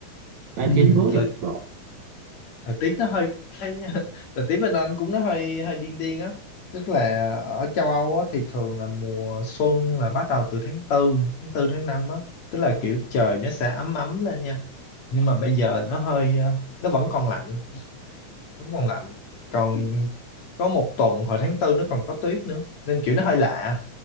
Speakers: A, on the right (about 60°); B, on the left (about 55°).
A: ba
B: ừ,
A: chín bốn
B: thời
A: chục độ
B: thời tiết nó hơi thấy <laughs> thời tiết bên anh cũng nó hơi hơi điên điên á tức là ở châu Âu á, thì thường là mùa xuân là bắt đầu từ tháng tư tháng tư tháng 5 á tức là kiểu trời nó sẽ ấm ấm lên nha nhưng mà bây giờ nó hơi ờ, nó vẫn còn lạnh vẫn còn lạnh còn có một tuần hồi tháng tư nó còn có tuyết nữa nên kiểu nó hơi lạ